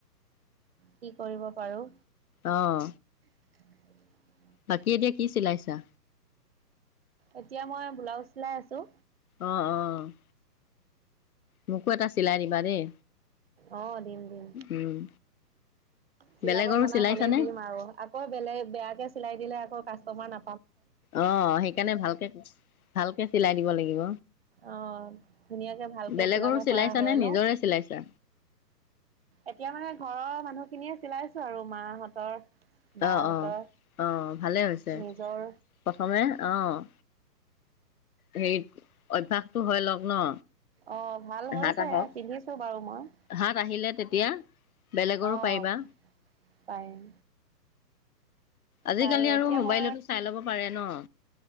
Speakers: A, on the right; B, on the left.
A: কি কৰিব পাৰোঁ
B: অহ।
A: <unintelligible>
B: বাকী এতিয়া কি চিলাইছা?
A: এতিয়া মই ব্লাউজ চিলাই আছোঁ।
B: অ', অ'। মোকো এটা চিলাই দিবা দেই।
A: অ', দিম দিম
B: উম।
A: চিলাব
B: বেলেগৰো
A: জনা
B: চিলাইছানে
A: হ'লেই দিম আৰু আকৌ বেলেগ বেয়াকে চিলাই দিলে আকৌ কাচতমা না
B: অ', সেইকাৰণে ভালকে, ভালকে চিলাই দিব লাগিব।
A: অ', ধুনীয়াকে ভালকে
B: বেলেগৰো
A: চিলাব
B: চিলাইছানে
A: পাৰা হৈ
B: নিজৰে
A: লওঁ,
B: চিলাইছা
A: এতিয়া মানে ঘৰৰ মা মানুহখিনিয়ে চিলাইছো আৰু মাহঁতৰ। বাহঁতৰ
B: অহ, অ', অহ। ভালেই হৈছে,
A: নিজৰ
B: প্ৰথমে অহ হেৰিত অভ্যয়াসটো হয় লওক ন।
A: অ ভাল হৈছে,
B: হাত আহক
A: পিন্ধিছো বাৰু মই।
B: হাত আহিলে তেতিয়া বেলেগৰো
A: অহ।
B: পাৰিবা
A: পাৰিম।
B: আজিকালি
A: বাৰু
B: আৰু
A: এতিয়া
B: মোবাইলতো
A: মই
B: চাই ল'ব পাৰে ন?